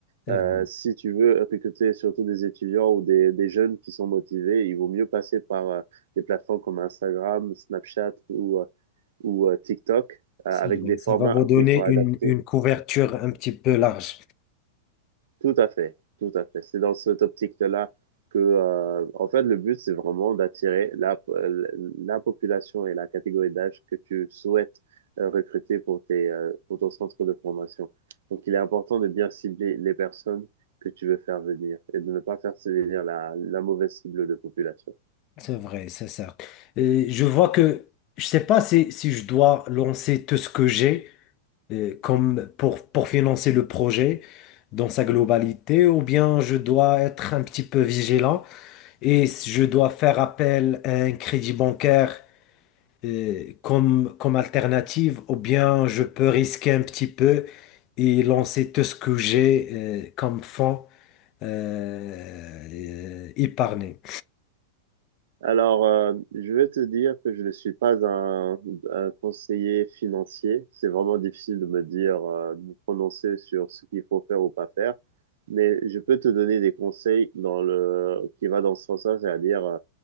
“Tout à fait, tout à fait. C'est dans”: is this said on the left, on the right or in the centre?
Right